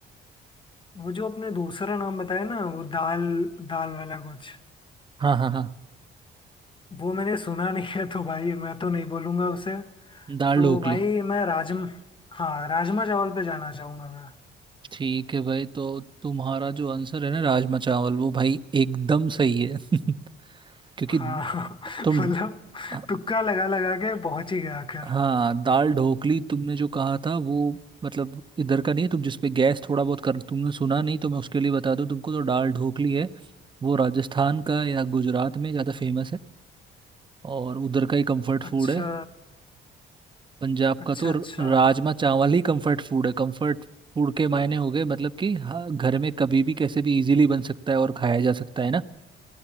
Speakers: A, on the left (about 25°); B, on the right (about 25°).
A: वो जो आपने दूसरा नाम बताया ना वो दाल दाल वाला कुछ
B: हाँ हाँ हाँ
A: वो मैंने सुना नहीं है तो भाई मैं तो नहीं बोलूंगा उसे
B: दाल
A: तो
B: ढोकली
A: भाई मैं राजम हाँ राजमा चावल पे जाना चाहूंगा मैं
B: ठीक है भाई तो तुम्हारा जो आंसर है ना राजमा चावल वो भाई एकदम सही है <laughs> क्योंकि
A: हाँ <laughs>
B: तुम
A: मतलब
B: ह-
A: तुक्का लगा लगा के पहुंच ही गया आखिर
B: हाँ दाल ढोकली तुमने जो कहा था वो मतलब इधर का नहीं है तुम जिसपे गैस थोड़ा बहुत कर तुमने सुना नहीं तो मैं उसके लिए बता दूं तुमको तो दाल ढोकली है वो राजस्थान का या गुजरात में ज़्यादा फेमस है और उधर का ही कंफर्ट फूड
A: अच्छा
B: है अ, पंजाब
A: अच्छा
B: का तो राजमा
A: अच्छा
B: चावल ही कंफर्ट फूड है कंफर्ट फूड के मायने हो गए मतलब कि हाँ, घर में कभी भी कैसे भी इजीली बन सकता है और खाया जा सकता है ना